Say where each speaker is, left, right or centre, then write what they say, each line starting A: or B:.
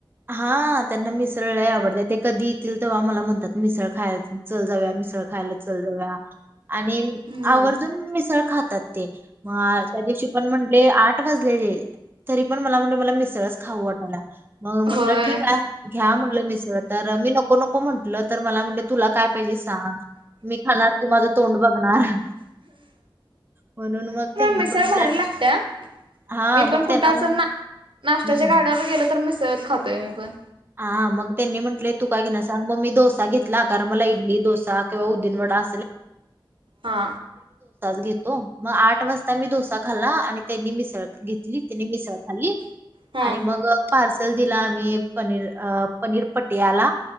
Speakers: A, on the right; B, on the right.
A: हा त्यांना मिसळला आवडतं ते कधी तील तेव्हा मला म्हणतात मिसळ खायला चल जाव्या मिसळ खायला चचाल जाव्या आणि
B: हम्म
A: आवर्जून मिसळ खातात ते म त्या दिवशी पण म्हंले आठ वाजले े तरी पण मला म्हण मला मिसळच खाऊ वाटाला मग म्हटलं
B: होय
A: ठीक आहे घ्या म्हटलं मिसळ तर मी नको ो नको म्हंटलं तर मला म्हणज तुला काय पाहिजे सांग मी खाणार तू माझं तोंड बघणार म्हणून मग त्यांना
B: मेसर
A: पण म्हटलं
B: वर लागत
A: हा
B: मी पण
A: मग
B: कुठं
A: त्यांना
B: जर
A: म्हण
B: ना नाशत्याच्या
A: हम्म.
B: गाड्यावर गेल तर मिसळत खातोय मी पण
A: हा मग त्यांनी म्हंटले तू का की न सां मग मी डोसा घेतला कारण मला इडली दोसा किंवा उददीन वाट रा
B: हा
A: घेतो मग आठ वाजता मी डोसा खाल्ला आणि त्यांनी मिसळ घेतली त्यांनी मिसळ खाली
B: हा
A: आणि मग पार्सल दिला आम्ही पनीर अ पनीर पटयाला